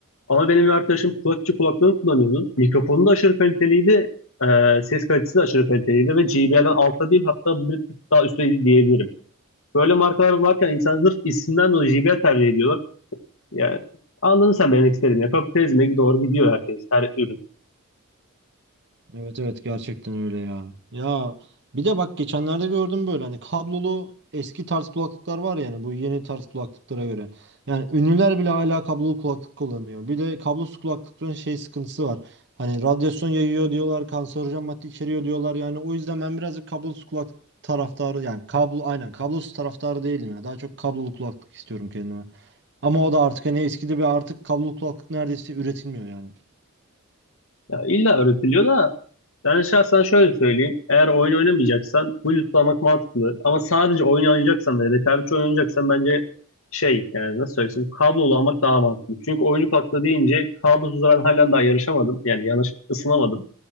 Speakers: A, on the left; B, on the right.
A: Ama benim bir arkadaşım kulak içi kulaklığını kullanıyordu. Mikrofonu da aşırı kaliteliydi. E, ses kalitesi de aşırı kaliteliydi ve JBL'den altta değil hatta bir tık daha üstteydi diyebilirim. Böyle markalar varken insanlar sırf isimden dolayı JBL tercih ediyorlar. Yani anladın sen benim demek istediğimi. ya. Kapitalizme doğru gidiyor herkes, her ürün.
B: Evet evet gerçekten öyle ya. Ya bir de bak geçenlerde gördüm böyle hani kablolu eski tarz kulaklıklar var yani bu yeni tarz kulaklıklara göre. Yani ünlüler bile hala kablolu kulaklık kullanıyor. Bir de kablosuz kulaklıkların şey sıkıntısı var. Hani radyasyon yayıyor diyorlar, kanserojen madde içeriyor diyorlar. Yani o yüzden ben birazcık kablosuz kulaklık taraftarı yani kablo aynen kablosuz taraftarı değilim ya. Daha çok kablolu kulaklık istiyorum kendime. Ama o da artık hani eskidi bir artık kablolu kulaklık neredeyse üretilmiyor yani.
A: Ya illa öğretiliyor da ben şahsen şöyle söyleyeyim. Eğer oyun oynamayacaksan Bluetooth'lamak mantıklı. Ama sadece oyun oynayacaksan ve rekabetçi oyun oynayacaksan bence şey yani nasıl söylesem kablolu almak daha mantıklı. Çünkü oyuncu kulaklığı deyince kablosuz ben halen daha yarışamadım. Yani yanlış ısınamadım.